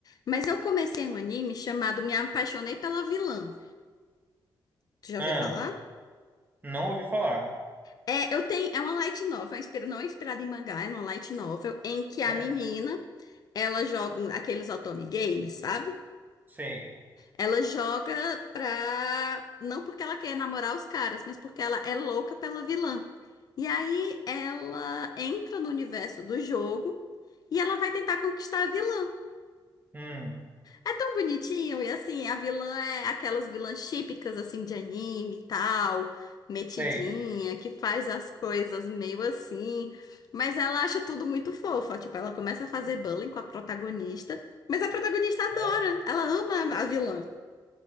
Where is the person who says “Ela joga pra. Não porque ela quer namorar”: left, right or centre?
Left